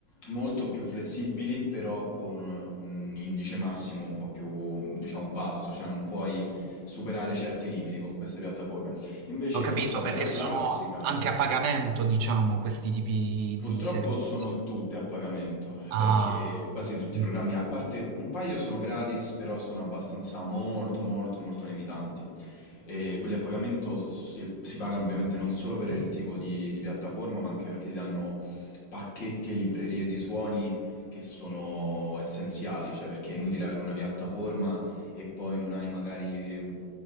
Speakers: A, on the left; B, on the right.
A: molto più flessibili, però con un indice massimo un po' più, diciamo, basso, cioè non puoi superare certi limiti con queste piattaforme. Invece
B: Ho capito
A: non so per
B: perché
A: la classica
B: sono anche a pagamento, diciamo, questi tipi
A: Purtroppo
B: di servizi.
A: sono tutte a pagamento,
B: Ah.
A: perché quasi tutti
B: mm.
A: i programmi, a parte un paio sono gratis, però sono abbastanza molto molto molto limitanti. E quelli a pagamento si, si pagano ovviamente non solo per il tipo di, di piattaforma, ma anche perché ti danno pacchetti e librerie di suoni che sono essenziali, cioè perché è inutile avere una piattaforma e poi non hai magari...